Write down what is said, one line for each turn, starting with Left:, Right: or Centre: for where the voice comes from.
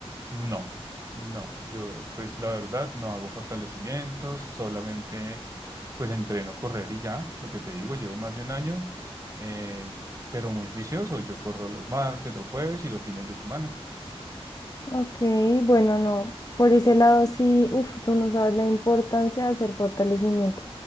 Right: No, no, yo pues la verdad no hago fortalecimientos, solamente pues entreno correr y ya, lo que te digo, llevo más de un año, eh, pero muy juicioso, yo corro los martes, los jueves y los fines de semana.
Left: Ok, bueno, no. Por ese lado sí, uff, tú no sabes la importancia de hacer fortalecimiento.